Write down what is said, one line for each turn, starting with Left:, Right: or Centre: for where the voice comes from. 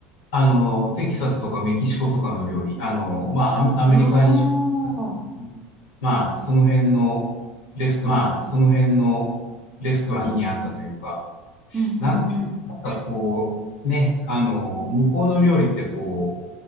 Left: あの、テキサスとかメキシコとかの料理、あの、まあ、アメアメリカに出張した時に、
Right: ああ
Left: まあ、その辺のレストラン、まあ、その辺のレストランにあったというか、
Right: ー、うんうんうん。
Left: なんなんかこう、ね、あの、向こうの料理ってこ